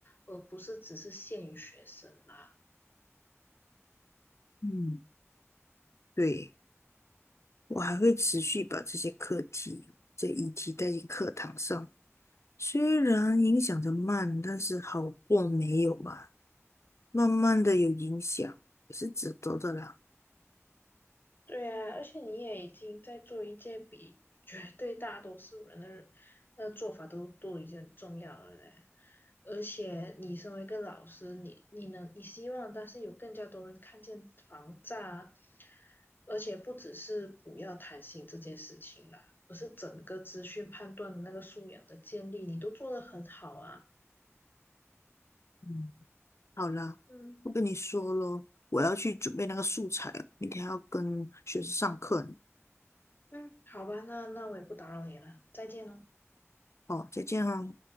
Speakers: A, on the left (about 40°); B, on the left (about 65°).
A: 而不是只是限于学生啦。
B: 嗯。对，我还会持续把这些课题、这议题带进课堂上，虽然影响的慢，但是好过没有吧。慢慢的有影响，也是值得的啦。
A: 对啊，而且你也已经在做一件比绝对大多数人的人的做法都都已经很重要了嘞。而且你身为一个老师，你你能你希望，但是有更加多人看见防诈啊而且不只是不要贪心这件事情啦，而是整个资讯判断的那个素养的建立，你都做得很好啊。
B: 嗯，好啦，
A: 嗯
B: 不跟你说咯，我要去准备那个素材了，明天还要跟学生上课呢。
A: 嗯，好吧，那那我也不打扰你了，再见喽。
B: 哦，再见哈。